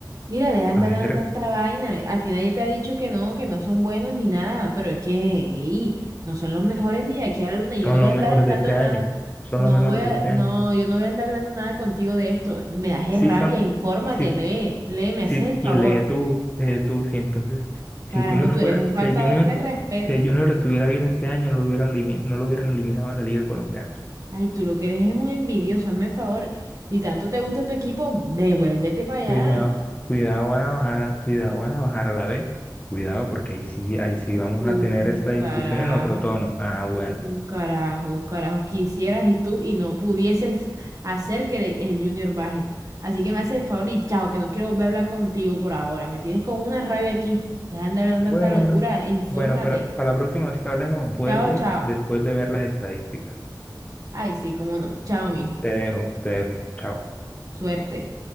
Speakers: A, on the right; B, on the left.
A: Mira, dejan
B: A
A: de
B: ver,
A: hablando tanta vaina. A ti nadie te ha dicho que no, que no son buenos ni nada, pero es que ey, no son los mejores ni de aquí a la luna
B: son
A: y yo no voy
B: los
A: a
B: mejores
A: andar hablando
B: de este año,
A: nada.
B: son
A: No
B: los mejores
A: voy a,
B: de este
A: no,
B: año.
A: yo no voy a andar hablando nada contigo de esto. Me das
B: Sí
A: es rabia,
B: son,
A: infórmate,
B: sí,
A: lee, lee, me
B: sí,
A: haces el favor.
B: y lee tú, lee tú, sí. Entonces, si
A: Carajo,
B: el Junior
A: tú
B: fuera,
A: eres un
B: si
A: faltador
B: el Junior,
A: de respeto.
B: si el Junior estuviera bien este año, no lo hubieran, elimi- no lo hubieran eliminado a la liga colombiana.
A: Ay, tú lo que eres es un envidioso, hazme el favor. Si tanto te gusta tu equipo, devuélvete para
B: Cuidado,
A: allá.
B: cuidado Guanabajara, cuidado Guanabajara la ve. Cuidado porque ahí sí, ahí sí vamos
A: un
B: a tener esta discusión
A: carajo,
B: en otro tono. Ah, bueno.
A: un carajo, un carajo. Quisieras y tú y no pudieses hacer que le- el Junior baje. Así que me haces el favor y chao, que no quiero volver a hablar contigo por ahora. Me tienes con una rabia aquí. Te de andar hablando
B: Bueno,
A: tanta locura. Infórmate.
B: bueno, pero para la próxima vez que hablemos, vuelve
A: Chao, chao.
B: después de ver las estadísticas.
A: Ay, sí, cómo no. Chao, mijo.
B: Te dejo, te dejo. Chao.
A: Suerte.